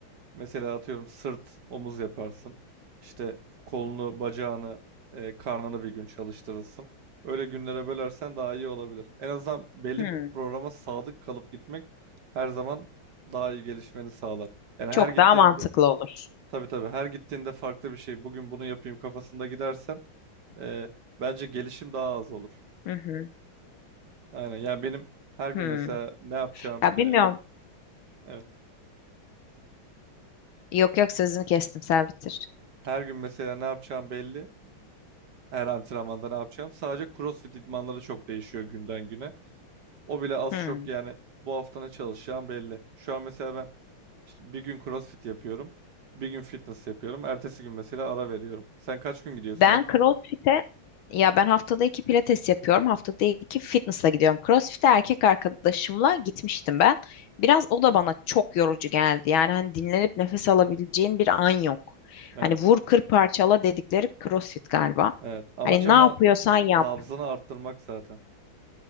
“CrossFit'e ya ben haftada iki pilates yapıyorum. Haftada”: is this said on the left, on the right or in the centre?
Left